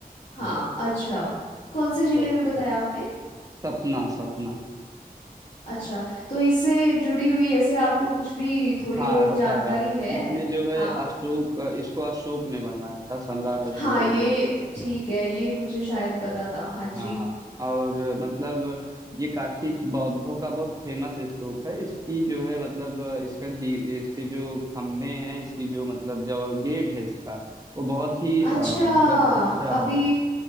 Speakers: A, on the left; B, on the right.
A: हाँ
B: हाँ
A: अच्छा कौन से जिले
B: तो
A: में बताया आपने
B: सपना सपना
A: अच्छा तो इससे जुड़ी हुई ऐसे आपको कुछ भी थोड़ी
B: हाँ
A: और
B: बता
A: जानकारी
B: रहा हूँ
A: है
B: इसमें जो है
A: हाँ
B: अशोक इसको अशोक ने बनवाया था सम्राट अशोक
A: हाँ ये
B: ने इसको
A: ठीक है ये मुझे शायद पता था हाँ जी
B: हाँ हाँ और मतलब ये काफी बौद्धों का बहुत फेमस स्तूप है इसकी जो है मतलब इसका दी इसके जो खम्भे हैं इसकी जो मतलब जो गेट है इसका वो बहुत ही अ,
A: अच्छा
B: मतलब अच्छा
A: अभी
B: है